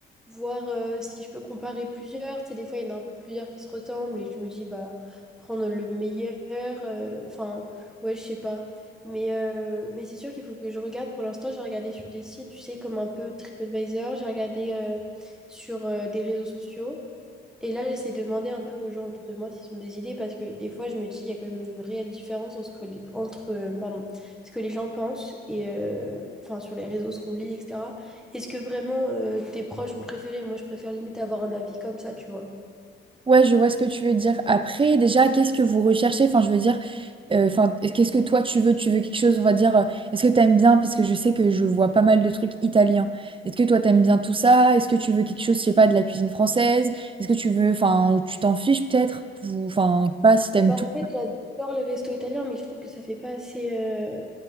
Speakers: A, in the centre; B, on the right.
A: voir euh, si je peux comparer plusieurs. Tu sais, des fois, il y en a un peu plusieurs qui se ressemblent et je me dis, bah, prendre le meilleur, euh, enfin, ouais, je sais pas. Mais, euh, mais c'est sûr qu'il faut que je regarde. Pour l'instant, j'ai regardé sur des sites, tu sais, comme un peu TripAdvisor, j'ai regardé euh, sur euh, des réseaux sociaux. Et là, j'essaie de demander un peu aux gens autour de moi s'ils ont des idées parce que des fois, je me dis, il y a quand même une réelle différence entre, ce que les, entre, euh, pardon, ce que les gens pensent et euh, enfin, sur les réseaux, ce qu'on lit, etc. Est-ce que vraiment euh, tes proches ont préféré? Moi, je préfère limite avoir un avis comme ça, tu vois.
B: Ouais, je vois ce que tu veux dire. Après, déjà, qu'est-ce que vous recherchez? Enfin, je veux dire, euh, enfin, qu'est-ce que toi tu veux? Tu veux quelque chose, on va dire, euh, est-ce que t'aimes bien? Parce que je sais que je vois pas mal de trucs italiens. Est-ce que toi t'aimes bien tout ça? Est-ce que tu veux quelque chose, je sais pas, de la cuisine française? Est-ce que tu veux, enfin, ou tu t'en fiches peut-être? Ou, enfin, je sais pas si t'aimes
A: Bah,
B: tout.
A: en fait, j'adore les restos italiens, mais je trouve que ça fait pas assez euh,